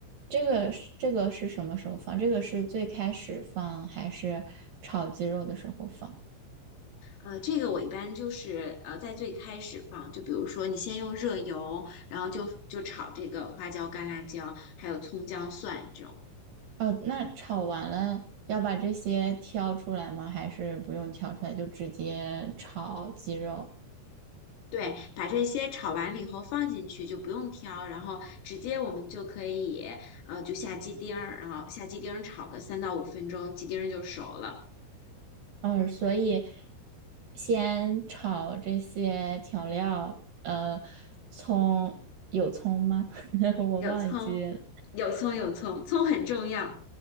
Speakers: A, on the right (about 65°); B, on the left (about 90°).
A: 这个是这个是什么时候放？这个是最开始放还是炒鸡肉的时候放？
B: 呃，这个我一般就是呃在最开始放，就比如说你先用热油，然后就就炒这个花椒、干辣椒，还有葱姜蒜这种。
A: 哦，那炒完了要把这些挑出来吗？还是不用挑出来就直接炒鸡肉？
B: 对，把这些炒完了以后放进去就不用挑，然后直接我们就可以呃就下鸡丁儿，然后下鸡丁儿炒个三到五分钟，鸡丁儿就熟了。
A: 哦，所以先炒这些调料，呃，葱有葱吗？<laughs> 我忘记了，
B: 有葱，有葱，有葱，葱很重要，